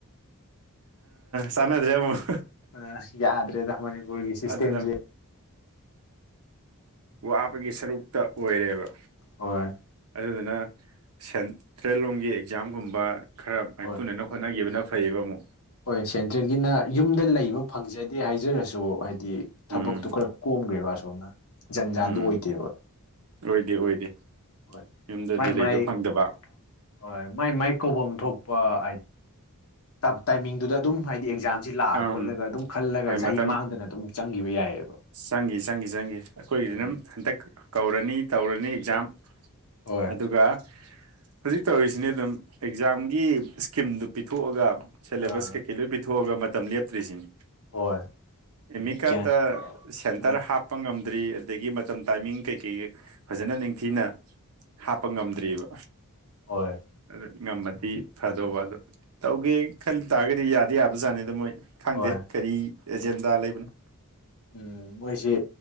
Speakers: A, on the right; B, on the left.
A: ꯆꯥꯟꯅꯗ꯭ꯔꯦ ꯑꯃꯨꯛ
B: ꯑ ꯌꯥꯗ꯭ꯔꯦꯗ ꯃꯅꯤꯕꯨ ꯁ꯭ꯄꯨꯔꯒꯤ ꯁꯤꯁꯇꯦꯝꯁꯦ
A: ꯑꯗꯨꯅ ꯋꯥꯕꯒꯤ ꯁꯔꯨꯛꯇ ꯑꯣꯏꯔꯦꯕ
B: ꯍꯣꯏ
A: ꯑꯗꯨꯅ ꯁꯦꯟꯇ꯭ꯔꯦꯜ ꯂꯣꯝꯒꯤ ꯑꯦꯛꯖꯥꯝꯒꯨꯝꯕ ꯈꯔ ꯃꯥꯏꯄꯨꯅꯅ
B: ꯍꯣꯏ
A: ꯍꯣꯠꯅꯈꯤꯕꯅ ꯐꯩꯕ ꯑꯃꯨ
B: ꯍꯣꯏ ꯁꯦꯟꯇ꯭ꯔꯦꯜꯒꯤꯅ ꯌꯨꯝꯗ ꯂꯩꯕ ꯐꯪꯖꯗꯦ ꯍꯥꯏꯖꯔꯁꯨ ꯍꯥꯏꯗꯤ ꯊꯕꯛꯇꯣ
A: ꯎꯝ
B: ꯈꯔ ꯀꯣꯝꯈ꯭ꯔꯦꯕ ꯑꯁꯣꯝꯅ ꯖꯟ ꯖꯥꯟꯗꯨꯣ
A: ꯎꯝ
B: ꯑꯣꯏꯗꯦꯕ
A: ꯑꯣꯏꯗꯦ ꯑꯣꯏꯗꯦ
B: ꯍꯣꯏ
A: ꯌꯨꯝꯗꯗꯤ
B: ꯃꯥꯏ ꯃꯥꯏ
A: ꯂꯩꯕ ꯐꯪꯗꯕ
B: ꯍꯣꯏ ꯃꯥꯏ ꯃꯥꯏ ꯀꯧꯕ ꯊꯣꯛꯄ ꯍꯥꯏꯗꯤ ꯇꯥꯏꯃꯤꯡꯗꯨꯗ ꯑꯗꯨꯝ ꯍꯥꯏꯗꯤ ꯑꯦꯛꯖꯥꯝ ꯁꯤ ꯂꯥꯛꯑ
A: ꯑꯝ
B: ꯈꯣꯠꯂꯒ ꯑꯗꯨꯝ ꯈꯜꯂꯒ
A: ꯍꯣꯏ
B: ꯆꯍꯤ
A: ꯃꯇꯝ
B: ꯃꯥꯡꯗꯅ ꯑꯗꯨꯝ ꯆꯪꯈꯤꯕ ꯌꯥꯏꯑꯕ
A: ꯆꯪꯈꯤ ꯆꯪꯈꯤ ꯆꯪꯈꯤ ꯑꯩꯈꯣꯏꯒꯤꯗꯤ
B: ꯎꯝ
A: ꯑꯗꯨꯝ ꯍꯟꯇꯛ ꯀꯧꯔꯅꯤ ꯇꯧꯔꯅꯤ ꯑꯦꯛꯖꯥꯝ
B: ꯍꯣꯏ
A: ꯑꯗꯨꯒ ꯍꯧꯖꯤꯛ ꯇꯧꯔꯤꯁꯤꯅꯦ ꯑꯗꯨꯝ ꯑꯦꯛꯖꯥꯝꯒꯤ ꯏꯁꯀꯤꯝꯗꯨ ꯄꯤꯊꯣꯛꯑꯒ ꯁꯦꯂꯦꯕꯁ
B: ꯑꯥ
A: ꯀꯩꯀꯩ ꯂꯣꯏ ꯄꯤꯊꯣꯛꯑꯒ ꯃꯇꯝ ꯂꯦꯞꯇ꯭ꯔꯤꯁꯤꯅꯤ
B: ꯍꯣꯏ
A: ꯑꯃꯤꯀꯥꯇ
B: ꯒ꯭ꯌꯥꯟ
A: ꯁꯦꯟꯇꯔ
B: ꯑꯥ
A: ꯍꯥꯞꯄ ꯉꯝꯗ꯭ꯔꯤ ꯑꯗꯒꯤ ꯃꯇꯝ ꯇꯥꯏꯃꯤꯡ ꯀꯩꯀꯩ ꯐꯖꯅ ꯅꯤꯡꯊꯤꯅ ꯍꯥꯞꯄ ꯉꯝꯗ꯭ꯑꯔꯤꯕ
B: ꯎꯝ ꯍꯣꯏ
A: ꯑꯗꯨ ꯉꯝꯃꯗꯤ ꯐꯗꯧꯕ ꯑꯗꯨꯗ ꯇꯧꯒꯦ ꯈꯟ ꯇꯥꯔꯒꯗꯤ ꯌꯥꯗꯤ ꯌꯥꯕꯖꯥꯠꯅꯤꯗ ꯃꯣꯏ ꯈꯪꯗꯦ
B: ꯍꯣꯏ
A: ꯀꯔꯤ ꯑꯦꯖꯦꯟꯗꯥ ꯂꯩꯕꯅꯣ
B: ꯎꯝ ꯃꯣꯏꯁꯤ